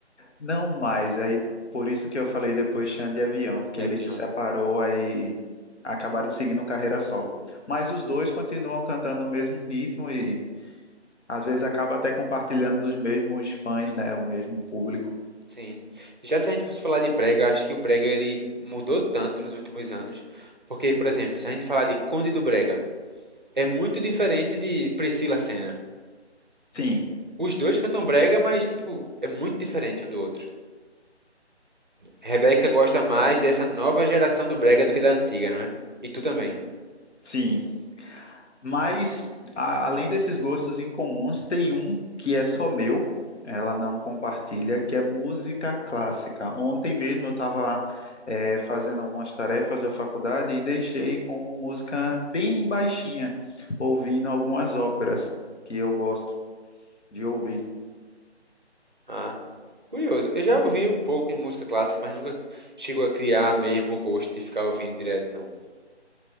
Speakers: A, on the left; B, on the right.
A: Não mais, aí por isso que eu falei depois Xande e Avião, porque
B: de
A: ele
B: avião,
A: se separou
B: né?
A: aí acabaram seguindo carreira solo. Mas os dois continuam cantando o mesmo ritmo e Às vezes acaba até compartilhando dos mesmos fãs, né? O mesmo público.
B: Sim. Já se a gente fosse falar de brega, acho que o brega ele mudou tanto nos últimos anos, porque, por exemplo, se a gente falar de Conde do Brega, é muito diferente de Priscila Senna.
A: Sim,
B: Os dois cantam brega, mas tipo, é muito diferente um do outro. Rebeca gosta mais dessa nova geração do brega do que da antiga, não é? E tu também.
A: sim. Mas, a- além desses gostos incomuns, tem um que é só meu, ela não compartilha, que é música clássica. Ontem mesmo eu estava fazendo algumas tarefas da faculdade e deixei com música bem baixinha, ouvindo algumas óperas que eu gosto de ouvir.
B: Ah. Curioso. Eu já ouvi um pouco de música clássica, mas nunca chegou a criar mesmo o gosto de ficar ouvindo direto, não.